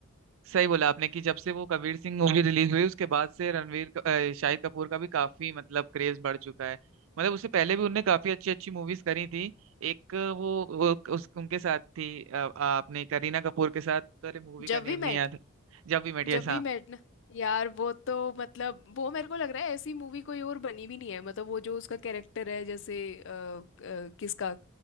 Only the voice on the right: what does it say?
सही बोला आपने कि जब से वो कबीर सिंह मूवी रिलीज हुई उसके बाद से रणवीर क- अ, शाहिद कपूर का भी काफी मतलब क्रेज बढ़ चुका है मतलब उससे पहले भी उनने काफी अच्छी अच्छी मूवीज करी थी एक वो, वो उस उनके साथ थी अ, आपने करीना कपूर के साथ अरे मूवी का
नेम
नहीं याद Jab we met yes